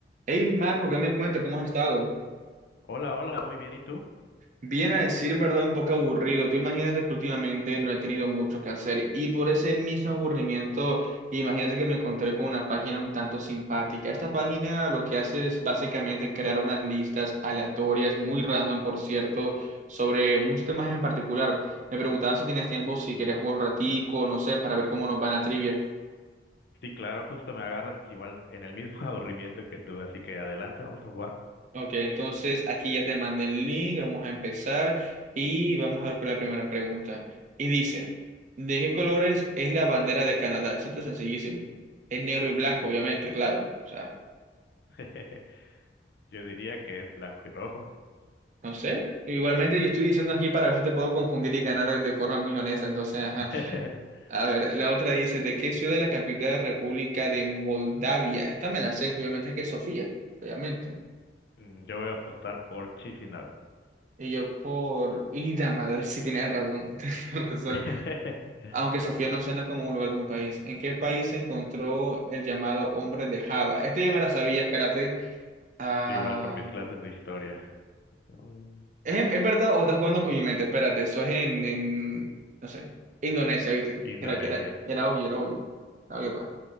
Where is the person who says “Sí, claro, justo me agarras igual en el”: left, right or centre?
Left